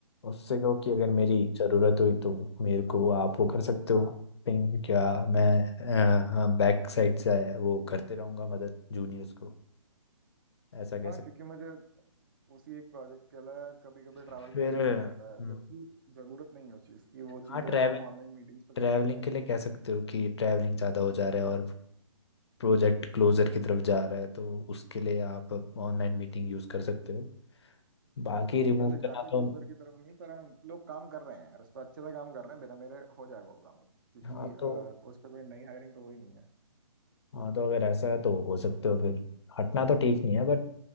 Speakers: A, on the left (about 50°); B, on the right (about 40°).
A: उससे कहो कि अगर मेरी ज़रूरत हुई तो मेरे को आप वो कर सकते हो थिंक क्या मैं बैक साइड से वो करते रहूँगा मदद जूनियर्स को ऐसा कह
B: हाँ
A: सकते
B: क्योंकि मुझे उसी एक प्रोजेक्ट के लिए कभी कभी ट्रैवल
A: हो। फिर
B: भी करना
A: हम्म,
B: पड़ जाता है जबकि जरूरत नहीं है उस चीज़ की वो
A: हाँ
B: चीज़ें
A: ट्रैवल
B: हम ऑनलाइन मीटिंग्स पे
A: ट्रैवलिंग
B: कर सकते हैं
A: के लिए कह सकते हो कि ट्रैवलिंग ज़्यादा हो जा रहा है और प्रोजेक्ट क्लोजर की तरफ जा रहा है तो उसके लिए आप ऑनलाइन मीटिंग यूज़ कर सकते हो बाकी रिमूव
B: वैसे एग्जैक्टली
A: करना तो
B: क्लोजर की तरफ नहीं पर हम लोग काम कर रहे हैं यार उस पर अच्छे से काम कर रहे हैं बिना मेरे हो जाएगा वो काम अब क्योंकि
A: हाँ
B: अ,
A: तो
B: उस पर कोई नई हायरिंग तो हो ही नहीं है
A: हाँ तो अगर ऐसा है तो हो सकते हो फिर हटना तो ठीक नहीं है बट